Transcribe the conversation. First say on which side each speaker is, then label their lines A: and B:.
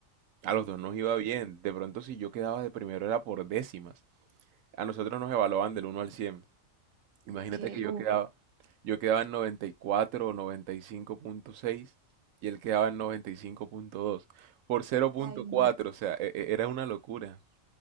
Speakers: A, on the right; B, on the right.
A: a los dos nos iba bien, de pronto si yo quedaba de primero era por décimas. A nosotros nos evaluaban del uno al 100. Imagínate
B: Ok,
A: que yo
B: uh,
A: quedaba,
B: ok.
A: yo quedaba en 94 o noventa y cinco punto seis y él quedaba en noventa y cinco punto dos por cero punto
B: ay,
A: cuatro,
B: no.
A: o sea, e- e- era una locura.